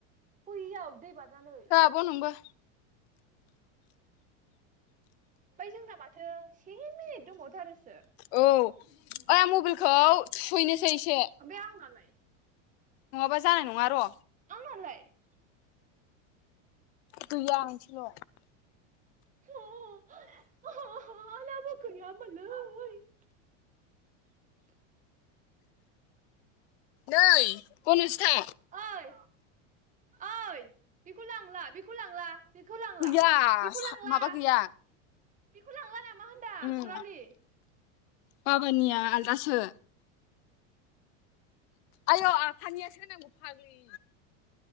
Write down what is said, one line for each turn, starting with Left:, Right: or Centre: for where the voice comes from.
Right: बैयाव दै बारनानै।
Left: अ नोंबो
Right: ओमफाय जोंना माथो से मिनिट दंबावथारोसो। <unintelligible>
Left: औ ओइ आं मबाइलखौ थुहैनोसै एसे
Right: ओमफाय आंनालाय?
Left: नङाबा जानाय नङा र'।
Right: आंनालाय <inaudible>
Left: गैया मोनसेल'
Right: <unintelligible> <inaudible>
Left: नै बनजिथा
Right: ओइ ओइ बेखौ लांला बेखौ लांला? बेखौ लांला
Left: गैया
Right: बेखौ लांला
Left: माबा गैया
Right: बेखौ लांला नामा होनदां
Left: उम
Right: सनालि?
Left: बाबानिया आलदासो। आयौ आफानियासो होननांगौ फाग्लि।